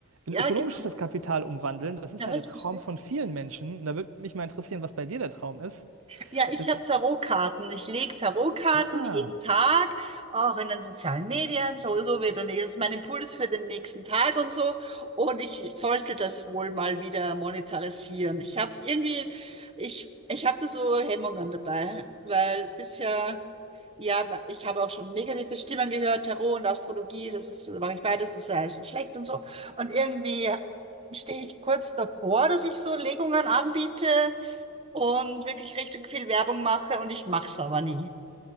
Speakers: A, on the right; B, on the right.
A: in
B: Ja,
A: ökonomisches
B: genau.
A: Kapital umwandeln. Das ist
B: Ja,
A: ja der
B: ich
A: Traum
B: verstehe.
A: von vielen Menschen. Und da würde mich mal interessieren, was bei dir der Traum ist.
B: Ja, ich
A: Das
B: habe
A: ist,
B: Tarotkarten. Ich lege Tarotkarten
A: ah,
B: jeden Tag, auch in den sozialen Medien. So, so wird dann, das ist mein Impuls für den nächsten Tag und so. Und ich, ich sollte das wohl mal wieder monetarisieren. Ich habe irgendwie, ich, ich habe da so Hemmungen dabei, weil bisher, ja, ich habe auch schon negative Stimmen gehört, Tarot und Astrologie, das ist, mache ich beides, das ist ja alles so schlecht und so. Und irgendwie stehe ich kurz davor, dass ich so Legungen anbiete und wirklich richtig viel Werbung mache und ich mache es aber nie.